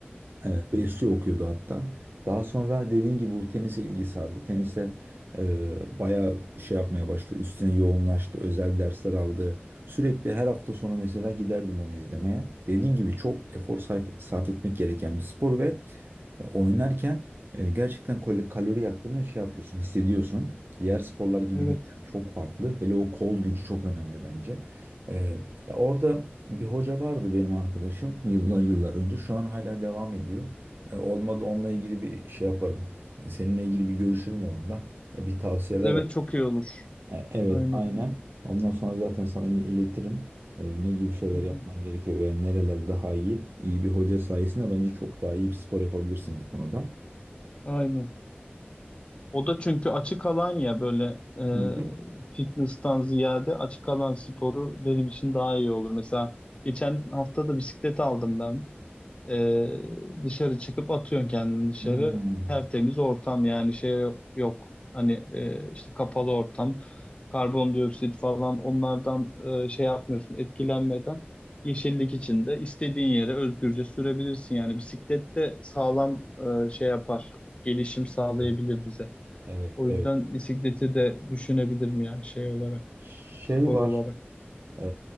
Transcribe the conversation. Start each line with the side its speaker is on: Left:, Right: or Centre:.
Right: E, Besyo okuyordu hatta. Daha sonra dediğin gibi bu tenise ilgi sardı. Tenise e, bayağı şey yapmaya başladı. Üstüne yoğunlaştı. Özel dersler aldı. Sürekli her hafta sonu mesela giderdim onu izlemeye. Dediğin gibi çok efor sarf, sarf etmek gereken bir spor ve e, Oynarken e, gerçekten kal- kalori yaktığını şey yapıyorsun, hissediyorsun. Diğer sporlar gibi
Left: Evet.
Right: değil yani çok farklı. Hele o kol gücü çok önemli bence. E, ya orada bir hoca vardı benim arkadaşım yıllar yıllar önce. Şu an hala devam ediyor. E, olmadı onunla ilgili bir şey yaparım. E, seninle ilgili bir görüşürüm onunla. E, bir tavsiyeler
Left: Evet
Right: alırım.
Left: çok iyi olur.
Right: E, evet
Left: Aynen.
Right: aynen. Ondan sonra zaten sana yine iletirim. E, ne gibi şeyler
Left: Hı hı.
Right: yapman gerekiyor ve nereler daha iyi. İyi bir hoca sayesinde bence çok daha iyi bir spor yapabilirsin bu konuda.
Left: Aynen. O da çünkü açık alan ya böyle e,
Right: Hı hı.
Left: fitness'tan ziyade açık alan sporu benim için daha iyi olur. Mesela geçen hafta da bisiklet aldım ben. Ee, dışarı çıkıp atıyorsun kendini dışarı.
Right: Hmm.
Left: Tertemiz ortam yani şey yok. Hani e, işte kapalı ortam, karbondioksit falan onlardan e, şey yapmıyorsun etkilenmeden. Yeşillik içinde istediğin yere özgürce sürebilirsin. Yani bisiklet de sağlam e, şey yapar. Gelişim sağlayabilir
Right: Evet.
Left: bize.
Right: Evet,
Left: O
Right: evet.
Left: yüzden bisikleti de düşünebilirim yani şey olarak,
Right: Şey
Left: spor
Right: var.
Left: olarak.
Right: e,